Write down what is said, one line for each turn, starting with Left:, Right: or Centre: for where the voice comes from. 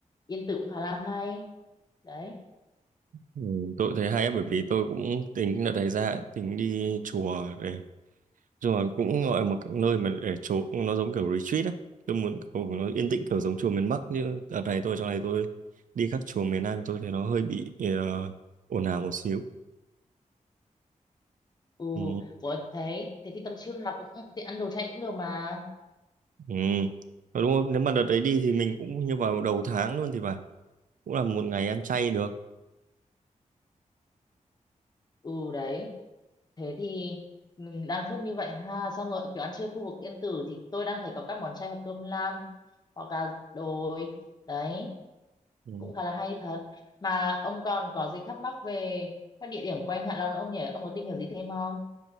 Left: Yên Tử cũng khá là hay đấy
Right: Ừ, tôi thấy hay á, bởi vì tôi cũng tính đợt này ra tính đi chùa để rồi cũng gọi là một cái nơi mà để trốn nó giống kiểu retreat á tôi muốn kiểu nó yên tĩnh kiểu giống chùa miền Bắc chứ đợt này tôi trong này tôi đi các chùa miền Nam thì tôi thấy nó hơi bị ờ, ồn ào một xíu
Left: ừ
Right: ừ.
Left: ủa thế thế thì tầm trưa là cũng thì ăn đồ chay cũng được mà
Right: Ừ. Ờ, đúng không nếu mà đợt đấy đi thì mình cũng như vào đầu tháng luôn thì phải cũng là một ngày ăn chay được
Left: ừ đấy thế thì mình đang sốt như vậy ha xong rồi kiểu ăn trưa khu vực Yên Tử thì tôi đang thấy có các món chay hoặc cơm lam hoặc là đồi đấy
Right: ừ.
Left: cũng khá là hay thật mà ông còn có gì thắc mắc về các địa điểm quanh Hạ Long nữa không nhỉ ông có tìm hiểu gì thêm không